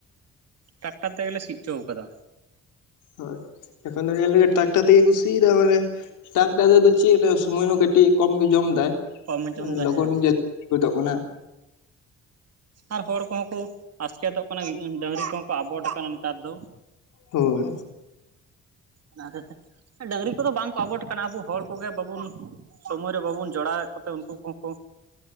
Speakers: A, on the right (about 55°); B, on the left (about 85°).
A: ᱴᱟᱠᱴᱟᱨ ᱛᱮᱜᱮᱞᱮ ᱥᱤᱜ ᱪᱳᱣ ᱠᱟᱫᱟ
B: ᱦᱳᱭ ᱮᱠᱷᱚᱱ ᱫᱚ ᱧᱮᱞ ᱢᱮ ᱴᱨᱟᱠᱴᱟᱨ ᱛᱮᱜᱮ ᱠᱩ ᱥᱤᱭ ᱫᱟ ᱢᱟᱱᱮ ᱴᱟᱠᱴᱟᱨ ᱛᱮᱫᱚ ᱪᱮᱫ ᱥᱳᱢᱚᱭ ᱦᱚᱸ ᱠᱟᱴᱤᱡ ᱠᱚᱢ ᱜᱮ ᱡᱚᱢ ᱫᱟᱭ᱾
A: ᱠᱚᱢ
B: ᱢᱟᱱᱮ
A: ᱡᱚᱢ ᱫᱟ
B: ᱞᱚᱜᱚᱱ
A: ᱦᱮᱸ
B: ᱜᱮ ᱦᱩᱭ ᱫᱚᱜ ᱠᱟᱱᱟ
A: ᱟᱨ ᱦᱚᱲ ᱠᱚᱦᱚᱸ ᱠᱚ ᱟᱥᱠᱮᱛᱚᱜ ᱠᱟᱱᱟ ᱰᱟᱸᱝᱨᱤ ᱠᱚᱦᱚᱸ ᱠᱚ ᱟᱵᱚᱴ ᱠᱟᱱᱟ ᱱᱮᱛᱟᱨ ᱫᱚ᱾
B: ᱦᱳᱭ
A: ᱚᱱᱟ ᱦᱚᱛᱮᱡ ᱛᱮ ᱰᱟᱸᱝᱨᱤ ᱠᱚᱫᱚ ᱵᱟᱝ ᱠᱚ ᱟᱵᱚᱴ ᱠᱟᱱᱟ ᱟᱵᱚ ᱦᱚᱲ ᱠᱚᱜᱮ ᱵᱟᱵᱚᱱ ᱥᱚᱢᱚᱭ ᱨᱮ ᱵᱟᱵᱚᱱ ᱡᱚᱲᱟᱣᱮᱫ ᱠᱚᱛᱮ ᱩᱱᱠᱩ ᱠᱚᱦᱚᱸ ᱠᱚ